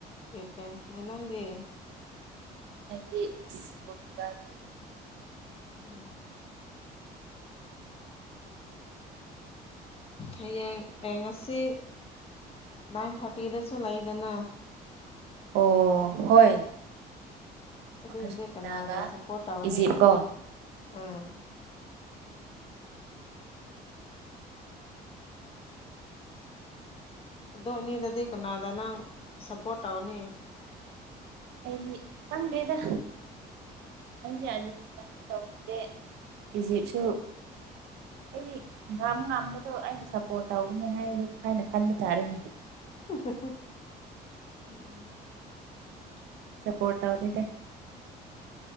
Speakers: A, on the left (about 35°); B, on the right (about 85°).
A: ꯏꯁꯄꯦꯟꯅꯦ ꯅꯪꯗꯤ
B: ꯑꯩꯗꯤ ꯄꯣꯔꯇꯨꯒꯜ
A: ꯎꯝ ꯍꯌꯦꯡ ꯍꯌꯦꯡ ꯉꯁꯤ ꯅꯥꯏꯟ ꯊꯥꯔꯇꯤꯗꯁꯨ ꯂꯩꯗꯅ
B: ꯑꯣ ꯍꯣꯏ
A: ꯑꯗꯨꯗꯤ
B: ꯑꯥꯔꯖꯦꯟꯇꯤꯅꯥꯒ
A: ꯀꯅꯥꯗ ꯁꯞꯄꯣꯔꯠ ꯇꯧꯅꯤ
B: ꯏꯖꯤꯞ ꯀꯣ
A: ꯑꯥ ꯑꯗꯣ ꯑꯅꯤꯗꯨꯗꯤ ꯀꯅꯥꯗ ꯅꯪ ꯁꯞꯄꯣꯔꯠ ꯇꯧꯅꯤ
B: ꯑꯩꯗꯤ ꯈꯪꯗꯦꯗ ꯑꯩꯁꯦ ꯑꯥꯔꯖꯦꯟꯇꯤꯅꯥꯁꯨ ꯇꯧꯅꯤꯡꯗꯦ ꯏꯖꯤꯞꯁꯨ ꯑꯩꯗꯤ ꯉꯝ ꯉꯝꯕꯗꯣ ꯑꯩꯅ ꯁꯞꯄꯣꯔꯠ ꯇꯧꯒꯅꯤ ꯍꯥꯏ ꯍꯥꯏꯅ ꯈꯟꯕ ꯇꯥꯔꯦꯅꯦ
A: <unintelligible>
B: ꯁꯞꯄꯣꯔꯠ ꯇꯧꯗꯦ